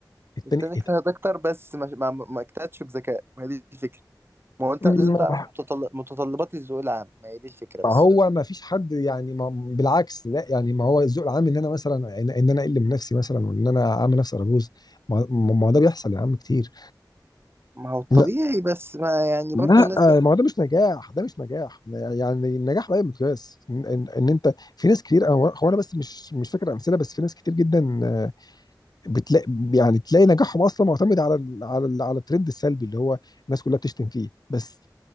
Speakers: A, on the left; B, on the right.
A: التاني
B: التاني اجتهد اكتر بس ما ما, ما اجتهدش بذكاء ما هي دي الفكره ما هو انت
A: ما
B: لازم تعرف متطل... متطلبات الذوق العام ما هي دي الفكره بس
A: هو ما فيش حد يعني ما بالعكس لا يعني ما هو الذوق العام ان انا مثلا ان إن انا اقل من نفسي مثلا وان انا اعمل نفسي ارجوز ما ما- ما هو ده بيحصل يا عم كتير
B: ما هو طبيعي
A: لا
B: بس ما يعني
A: لا
B: برضو الناس ده
A: ما هو ده مش نجاح ده مش نجاح يعني النجاح بأي مقياس ان, إن إن انت في ناس كتير أنا- هو انا بس مش مش فاكر امثله بس في ناس كتير جدا آه، بتلاقي يعني تلاقي نجاحهم اصلا معتمد على ال- على ال- على الترند السلبي اللي هو الناس كلها بتشتم فيه بس